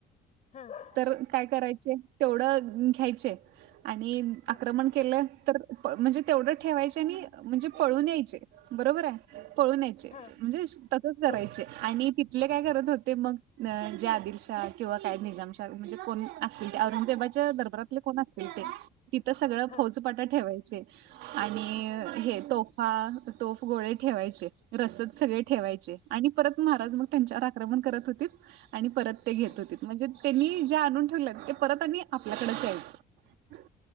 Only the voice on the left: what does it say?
हा
हा
हा
हो
हा
हा
हा